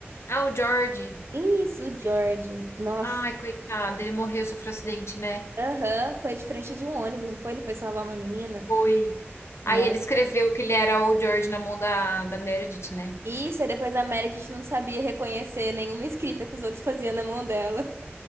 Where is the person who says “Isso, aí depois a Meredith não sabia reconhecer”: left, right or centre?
Right